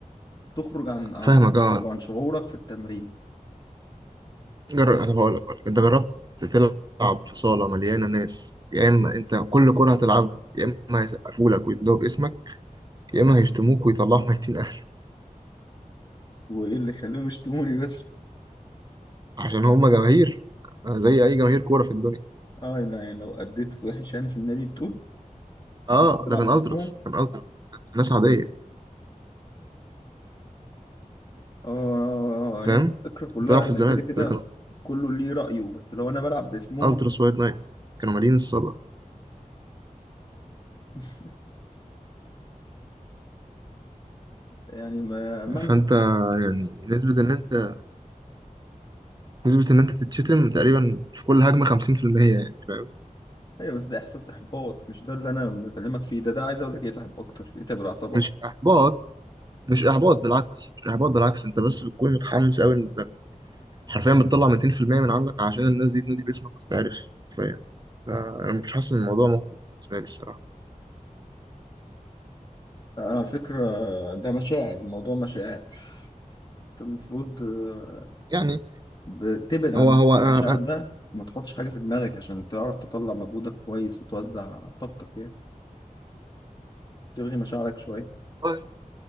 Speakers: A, on the left; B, on the right.
A: تخرج عن عن
B: فاهمك
A: عقلك
B: اه
A: وعن شعورك في التمرين
B: جرب طب هقول لك هقول لك. انت جربت تلعب في صاله مليانه ناس يا اما انت كل كره هتلعبها يا اما هيسقفوا لك ويمدوا باسمك يا اما هيشتموك ويطلعوا ميتين اهلك
A: وايه اللي خليهم يشتموني بس
B: عشان هما جماهير آه، زي اي جماهير كوره في الدنيا
A: اه لا يعني لو اديت وحش يعني في النادي بتقول
B: اه
A: أنا كنت بلعب
B: ده كان
A: باسمهم
B: التراس كان التراس ناس عاديه
A: اه آه،
B: فاهم
A: آه، هي الفكره كلها
B: بتلعب
A: ان
B: في الزمالك
A: كده كده
B: فده كان
A: كله ليه رايه بس لو انا بلعب باسمهم
B: التراس وايت نايتس كانوا مالين الصاله
A: <laughs> يعني ما- مالهم
B: فانت يعني نسبه ان انت نسبه ان انت تتشتم تقريبا في كل هجمه 50% يعني فاهم
A: ايوه بس ده احساس احباط مش ده اللي انا بكلمك فيه ده ده عايز اقول لك يتعب اكتر يتعب الاعصاب اكتر
B: مش احباط مش احباط بالعكس مش احباط بالعكس انت بس بتكون متحمس قوي انك حرفيا بتطلع 200% من عندك عشان الناس دي تنادي باسمك وتتعرف حرفيا فانا مش حاسس ان الموضوع ممكن بالنسبه لي الصراحه
A: انا على فكره ده مشاعر الموضوع مشاعر انت المفروض آه،
B: يعني
A: بتبعد عن
B: هو هو انا
A: المشاعر ده وما تحطش حاجه في دماغك عشان تعرف تطلع مجهودك كويس وتوزع طاقتك يعني تلغي مشاعرك شويه
B: أنا-